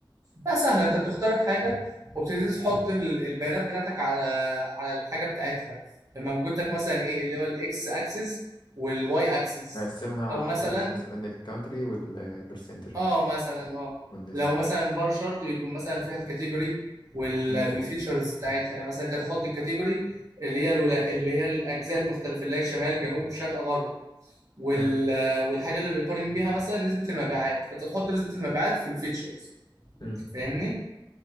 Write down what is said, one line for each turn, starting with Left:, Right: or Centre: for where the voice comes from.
Right: بقى سهلة أنت بتختار حاجة وبتبتدي تحط ال- البيانات بتاعتك على على الحاجة بتاعتها لما موجود لك مثلا إيه اللي هو الإكس أكسس والواي أكسس
Left: نقسمها على
Right: أو مثلا
Left: حسب مثلا الكونتري والبرسنتج
Right: اه
Left: مثلا
Right: مثلا اه
Left: والنسبة
Right: لو مثلا بار شارت يكون مثلا فيها الكاتيجوري وال...
Left: امم
Right: والفيتشرز بتاعتها يعني مثلا انت تحط الكاتيجوري اللي هي الولا... اللي هي الاجزاء المختلفه اللي هي شمال جنوب شرق غرب وال...
Left: تمام
Right: والحاجه اللي بيقارن بيها مثلا نسبه المبيعات فانت تحط نسبه المبيعات في الفيتشرز
Left: امم
Right: فاهمني